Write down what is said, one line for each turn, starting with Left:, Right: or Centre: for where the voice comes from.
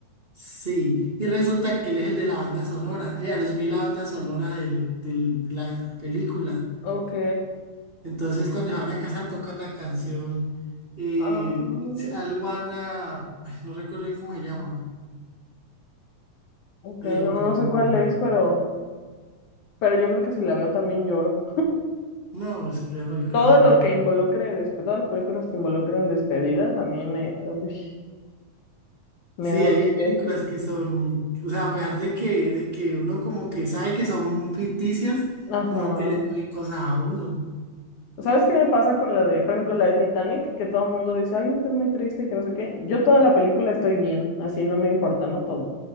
Right: Sí, y resulta que él es el de la banda sonora, y Aerosmith la banda sonora del, del- de la película.
Left: Ok.
Right: Entonces, cuando se van a casar, tocan la canción, eh,
Left: Ah,
Right: Alguana, no recuerdo bien cómo se llama.
Left: ok,
Right: Pero,
Left: no,
Right: pero
Left: no
Right: bueno,
Left: sé cuál es, pero, pero yo creo que si la veo también lloro.
Right: no, es que la película
Left: Todo
Right: muy...
Left: lo que involucre, despe- todas las películas que involucren despedidas, a mí me, uy, me
Right: Sí,
Left: dan...
Right: hay hay películas
Left: eh,
Right: que son, o sea, a pesar de que, de que uno como que sabe que son ficticias,
Left: Ajá.
Right: como que le piden cosas a uno.
Left: ¿Sabes qué me pasa con la de, por ejemplo, la de Titanic? Que todo el mundo dice, ay, esta es muy triste y que no sé qué. Yo toda la película estoy bien, así no me importa, ¿no? Todo.